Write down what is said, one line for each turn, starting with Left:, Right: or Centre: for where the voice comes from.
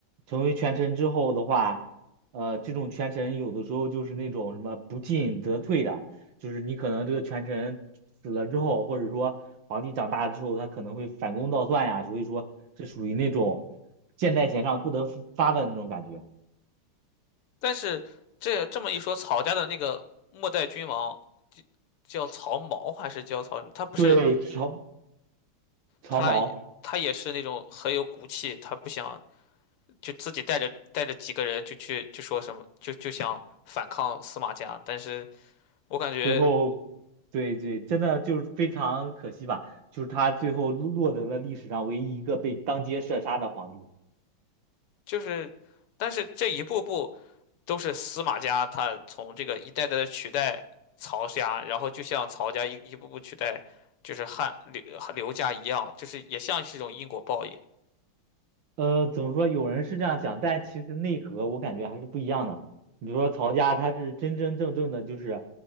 Right: 成为权臣之后的话，呃，这种权臣有的时候就是那种什么不进则退的，就是你可能这个权臣死了之后，或者说皇帝长大之后，他可能会反攻倒算呀，所以说这属于那种箭在弦上不得不发的那种感觉。
Left: 但是这这么一说，曹家的那个末代君王叫曹髦还是叫曹什么？他不是
Right: 对，曹曹毛，
Left: 他也他也是那种很有骨气，他不想就自己带着带着几个人就去就说什么就就想反抗司马家，但是我感觉
Right: 最后，对对，真的就是非常可惜吧，就是他最后落落得了历史上唯一一个被当街射杀的皇帝。
Left: 就是，但是这一步步都是司马家他从这个一代代的取代曹家，然后就像曹家一一步步取代就是汉刘刘家一样，就是也像是一种因果报应。
Right: 呃，怎么说？有人是这样讲，但其实内核我感觉还是不一样的。你比如说曹家，他是真真正正的，就是